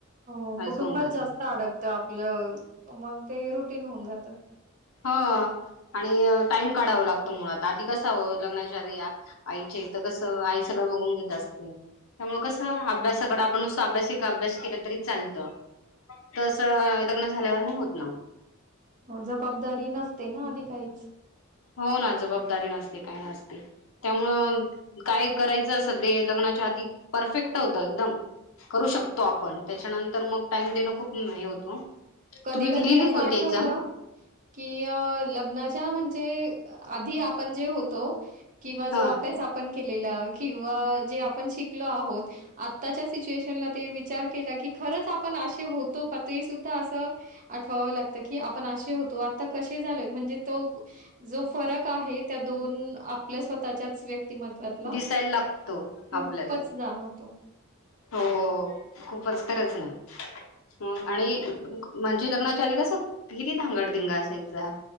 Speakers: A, on the right (about 40°); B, on the left (about 70°).
A: हो कुटुंबात
B: असं होऊन जातं
A: जास्त अडकतं आपलं मग ते रुटीन होऊन जात.
B: हा आणि टाइम काढाव लागतो मुळात आधी कसा व लग्नाच्या आधी आई आईच्या ईत कसं आई सगळं बघून घेत असते. त्यामुळे कसं अभ्यासाकड आपण नुसं अभ्यासिक अभ्यास केला तरी चालतं. तस लग्न झाल्यावर नाही होत ना.
A: हो जबाबदारी नसते ना आधी काहीच.
B: हो ना जबाबदारी नसते काय नसते त्यामुळं
A: त्याच्यामुळे
B: काय करायचं असल ते लग्नाच्या आधी परफेक्ट होतं एकदम. करू शकतो आपण त्याच्यानंतर मग टाइम देणं खूप म हे होतो.
A: कधी,
B: तुम्ही दिलेली
A: कधी असं
B: कोणती
A: आठवलं
B: एक्झाम
A: की लग्नाच्या म्हणजे आधी आपण जे होतो किंवा
B: हा
A: जो अभ्यास आपण केलेल किंवा जे आपण शिकलो आहोत आताच्या सीच्युएशनला ते विचार केला की खरंच आपण अशे होतो का ते सुद्धा असं आठवाव लागत की आपण अशे होतो आता कशे झालोयत म्हणजे तो जो फरक आहे त्या दोन आपल्या स्वतःच्याच व्यक् मत्त्वातला
B: दिसायला लागतो
A: खूपच
B: आपल्याला
A: जाणवतो.
B: हो खूपच खरंच ना. ह आणि म्हणजे लग्नाच्या आली कस किती धांगडधिंगा असायचा.